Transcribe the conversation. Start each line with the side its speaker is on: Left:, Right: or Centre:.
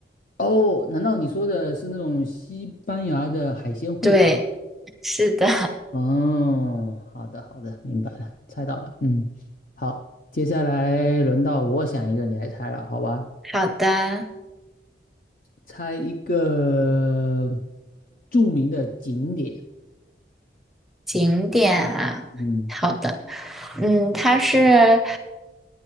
Left: 哦，难道你说的是那种西班牙的海鲜烩饭？
Centre: 对，是的，
Left: 哦，好的，好的，明白了，猜到了。嗯，好，接下来轮到我想一个，你来猜了，好吧？
Centre: <laughs> 好的，
Left: 猜一个著名的景点。
Centre: 景点啊，
Left: 嗯，
Centre: 好的。嗯，它是，